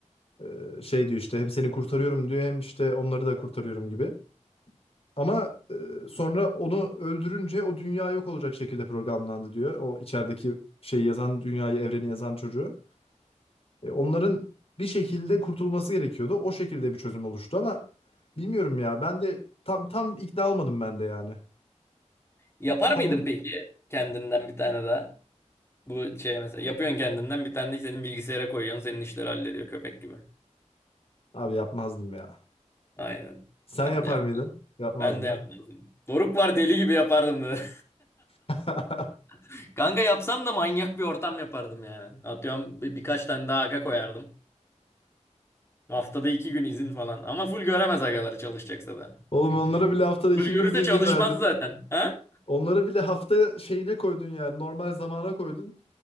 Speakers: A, on the left (about 50°); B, on the left (about 20°).
A: Ee, şey diyor işte hem seni kurtarıyorum diyor hem işte onları da kurtarıyorum gibi. Ama e, sonra onu öldürünce o dünya yok olacak şekilde programlandı diyor. O içerideki şeyi yazan dünyayı evreni yazan çocuğu. E, onların bir şekilde kurtulması gerekiyordu. O şekilde bir çözüm oluştu ama bilmiyorum ya ben de tam tam ikna olmadım ben de yani.
B: Yapar
A: Son
B: mıydın peki kendinden bir tane daha? Bu şey mesela yapıyorsun kendinden bir tane de senin bilgisayara koyuyorsun senin işleri hallediyor köpek gibi.
A: abi yapmazdım ya.
B: Aynen.
A: Sen
B: Ben
A: yapar
B: de yapmadım.
A: mıydın? Yapmazdın.
B: Ben de yapmadım. Doruk var deli gibi yapardım dedi.
A: <laughs>
B: <laughs> Kanka yapsam da manyak bir ortam yapardım yani. Atıyorum bir, birkaç tane daha aga koyardım. Haftada iki gün izin falan. Ama full göremez agaları çalışacaksa da.
A: Oğlum
B: Çünkü.
A: onlara bile haftada iki
B: Full görürse
A: gün bir izin
B: çalışmaz
A: verdin.
B: zaten. Ha?
A: Onlara bile hafta şeyine koydun yani normal zamana koydun.